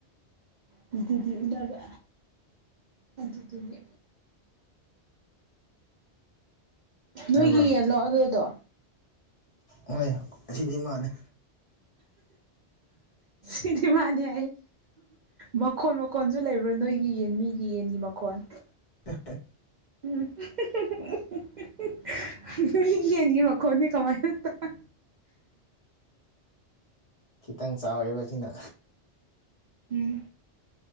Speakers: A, on the right (about 60°); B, on the left (about 35°).
A: ꯅꯨꯡꯇꯤꯒꯤ ꯎꯅꯕ ꯑꯗꯨꯗꯨꯒꯤ ꯅꯣꯏꯒꯤ
B: ꯇꯥꯕ꯭ꯔꯣ
A: ꯌꯦꯜꯂꯣ ꯑꯗꯨꯗꯣ
B: ꯍꯣꯏ ꯑꯁꯤꯗꯤ ꯃꯥꯅꯤ
A: ꯁꯤꯗꯤ ꯃꯥꯅꯦ ꯃꯈꯣꯟ ꯃꯈꯣꯟꯁꯨ ꯂꯩꯕ꯭ꯔꯣ ꯅꯣꯏꯒꯤ ꯌꯦꯟꯕꯤꯒꯤ ꯌꯦꯟꯒꯤ ꯃꯈꯣꯟ
B: ꯑꯦ
A: ꯎꯝ <unintelligible> <unintelligible> ꯅꯣꯏꯒꯤ ꯌꯦꯟꯒꯤ ꯃꯈꯣꯟꯗꯤ ꯀꯃꯥꯢꯅ ꯇꯥꯢ
B: ꯈꯤꯇꯪ ꯆꯥꯎꯋꯦꯕ ꯁꯤꯅ
A: ꯎꯝ